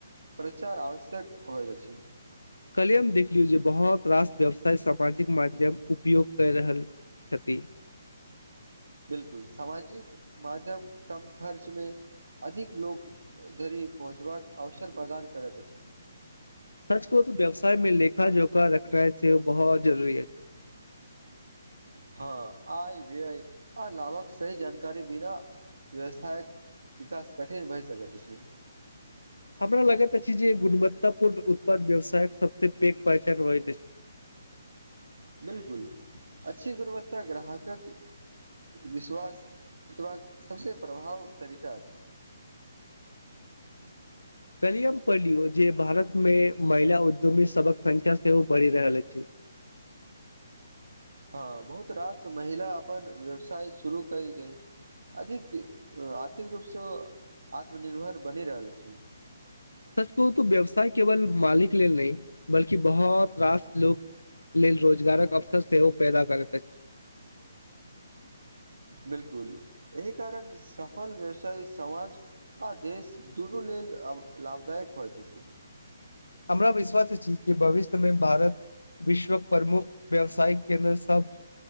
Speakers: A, on the right; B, on the left.
A: परचार आवश्यक हो जाइ छै।
B: कलियम देखियौ जे बहोत रास व्यवसाय सामाजिक माध्यम उपयोग। कहि रहल छति।
A: बिलकुल सामाजिक माध्यम कम खर्च मे। अधिक लोक धरि पहोचबाक अवसर प्रदान करैत अछि।
B: सच कहु तऽ व्यवसाय मे लेखा जोखा रखनै सेहो बहुत जरूरी अछि।
A: हँ आय व्यय आ लाभक सही जानकारी बिना व्यवसायक विकास कठिन भए सकैत अछि।
B: हमरा लगैत अछि जे गुणवत्तापूर्ण उत्पाद व्यवसायक सबसं पैघ पहचान होइत अछि।
A: बिलकुल, अच्छी गुणवत्ता ग्राहकक विश्वास जितबाक सबसँ प्रभावी तरीका छै।
B: काल्हिये हम पढ़लहु जे भारत मे महिला उद्यमी सबक संख्या सेहो बढ़ि रहल अछि।
A: हँ बहुत रास महिला अपन व्यवसाय शुरू कय अधिक आर्थिक रूपसँ ओ आत्मनिर्भर बनि रहल अछि।
B: सच कहु त व्यवसाय केवल मालिक लेल नहि बल्कि बहुत रास लोक मिलि रोजगारक अवसर सेहो पैदा करैत अछि
A: बिलकुल एहि कारण सफल व्यवसाय समाज आ देश दुनू लेल लाभदायक होयत अछि।
B: हमरा विश्वास अछि जे भविष्य मे भारत विश्वक प्रमुख व्यावसाय केन्द्र सब